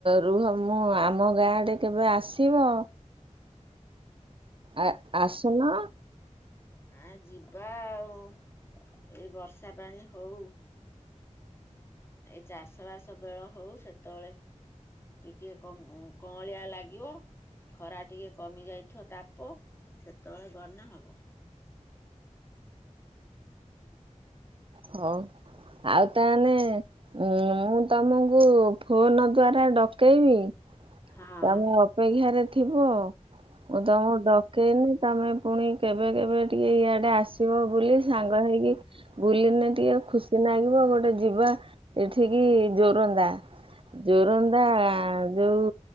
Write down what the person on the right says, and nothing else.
ରୁହ ମୁଁ ଆମ ଗାଁଆଡେ କେବେ ଆସିବ? ଆ ଆସୁନ।
ହଁ ଆଉ ତାହେଲେ ମୁଁ ତମକୁ ଫୋନ ଦ୍ଵାରା ଡକେଇବି।
ତମେ ଅପେକ୍ଷାରେ ଥିବ ମୁଁ ତମକୁ ଡକେଇନି ତମେ ପୁଣି କେବେ କେବେ ଟିକେ ଇଆଡେ ଆସିବ ବୋଲି ସାଙ୍ଗ ହେଇକି ବୁଲି ନେ ଟିକେ ଖୁସି ଲାଗିବ ଗୋଟେ ଯିବା ଏଠିକି ଜୋରନ୍ଦା ଜୋରନ୍ଦା ଯୋଉ